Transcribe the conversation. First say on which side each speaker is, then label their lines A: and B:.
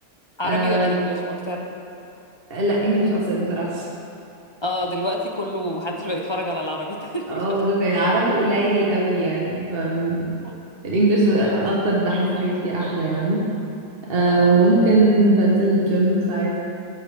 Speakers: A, on the left (about 25°); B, on the right (about 50°).
A: عربي
B: أم...
A: ولا انجليش اكتر
B: لا انجلش اكتر بصراحه
A: اه دلوقتي كله محدش بقى يتفرج على العربي تقريبا
B: اه بالظبط يعني عربي قليل قوي يعني فالانجليش
A: <laughs>
B: اكتر
A: اه
B: بحس حاجات فيه احلى يعني أم...
A: اه
B: ممكن بنزل الجيم ساعات